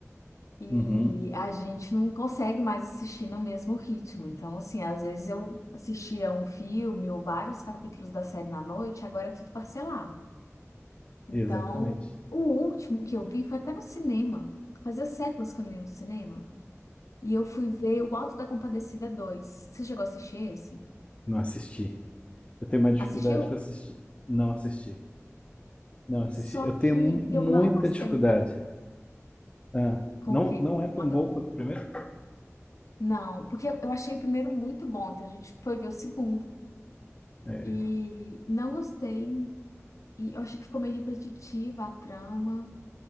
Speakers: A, on the left (about 80°); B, on the left (about 25°).
A: e
B: Uhum,
A: a gente não consegue mais assistir no mesmo ritmo. Então, assim, às vezes eu assistia um filme ou vários capítulos da série na noite, agora é tudo parcelado. Então,
B: exatamente.
A: o último que eu vi foi até no cinema. Fazia séculos que eu não ia no cinema. E eu fui ver o Alto da Compadecida dois Você chegou a assistir esse?
B: Não assisti. Eu tenho uma dificuldade
A: Assistiu?
B: com assistir. Não assisti. Não assisti.
A: Só
B: Eu tenho
A: que
B: mu- muita
A: eu não gostei.
B: dificuldade. Ah,
A: Com
B: não,
A: o quê?
B: não é tão
A: Com a-
B: bom quanto o primeiro?
A: Não, porque eu achei o primeiro muito bom, então a gente foi ver o segundo.
B: É.
A: E não gostei. E eu achei que ficou meio repetitiva a trama.